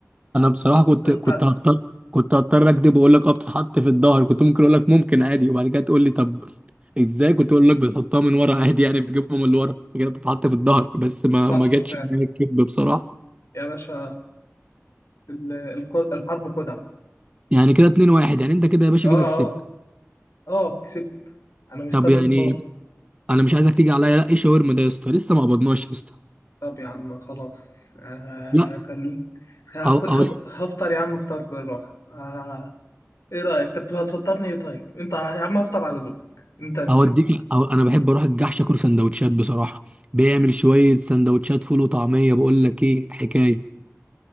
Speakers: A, on the right; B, on the left.
A: انا بصراحه كنت
B: سالت
A: كنت
B: على
A: هضطر كنت هضطر اكذب واقول لك اه بتتحط في الظهر كنت ممكن اقول لك ممكن عادي وبعد كده تقول لي طب ازاي كنت اقول لك بتحطها من ورا عادي يعني بتجيبها من اللي ورا كده بتتحط في الظهر بس ما
B: الصح
A: ما جاتش
B: فعلا
A: معايا الكذب بصراحه
B: يا باشا ال... الخ... الحرب خدعه
A: يعني كده 2 1 يعني انت كده يا باشا
B: اه
A: كده كسبت
B: اه اه كسبت انا مستني
A: طب يعني
B: الفطار
A: انا مش عايزك تيجي عليا لا ايه شاورما ده يا اسطى لسه ما قبضناش يا اسطى
B: طب يا عم خلاص آه
A: لا
B: خلي هاخد
A: أو أو
B: هاخد- هفطر يا عم افطر بالراحه آه ايه رايك طب هتفطرني ايه طيب انت يا عم هفطر على ذوقك انت هتجيب
A: اوديك أو انا بحب اروح الجحش اكل سندوتشات بصراحه بيعمل شويه سندوتشات فول وطعميه بقول لك ايه حكايه